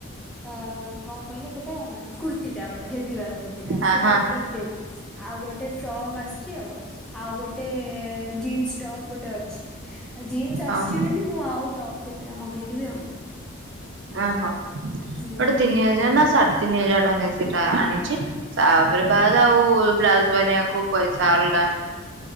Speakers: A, in the centre; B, on the right.
A: ଅ କଣ କହିଲେ ସେଇଟା କୁର୍ତ୍ତିଟା ଗୋଟେ ହେଭି ବାଲା କୁର୍ତ୍ତି।
B: ହଁ
A: ସେଇଟା
B: ହଁ
A: ତ ପିକ ଦେବି ଆଉ ଗୋଟେ ଫ୍ରକ୍ ଆସଛି ଆ ଆଉ ଗୋଟେ ଜିନ୍ସ ଟପ ଗୋଟେ ଅଛି ଆ ଜିନ୍ସ ଆସିଛି
B: ହଉ
A: ବୋଲି ମୁଁ ଆଉ ଟପ୍ କେତେଟା ମଗେଇଦେବି ଆଉ
B: ଓହୋ
A: ହୁଁ।
B: ଗୋଟେ ତିନି ହଜାର ନା ସାଢେ ତିନି ହଜାର ଟଙ୍କା ସେଇଟା ଆଣିଛି। ତାପରେ
A: ହୁଁ।
B: ବାଦ ଆଉ ବ୍ଲାଉଜ ବନେଇବାକୁ ପଇସା ଅଲଗା